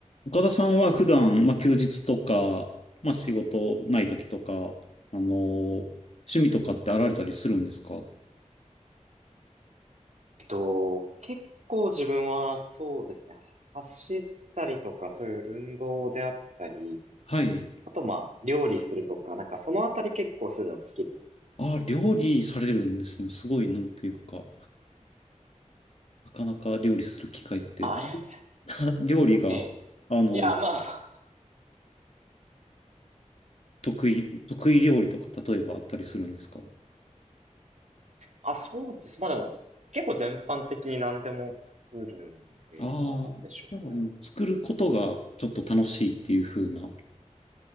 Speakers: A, on the left; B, on the right.
A: 岡田さんは普段、まあ、休日とか、まあ、仕事ない時とか、あのー趣味とかってあられたりするんですか
B: えっと、結構自分はそうですね、走ったりとか、そういう運動であったり、
A: はい。
B: あとまあ、料理するとか、なんかそのあたり結構するの好きです。
A: あ、料理されるんですね。すごい、なんていうか、なかなか料理する機会って、
B: あ、ありがとうございます
A: <laughs> 料理が、
B: ええ。
A: あの、
B: いや、まあ、
A: 得意、得意料理とか、例えばあったりするんですか
B: あ、そうです。まあでも、結構全般的に何でも作るんで、
A: ああー、
B: な、なんでしょうね。
A: なんかもう作ることがちょっと楽しいっていう風な。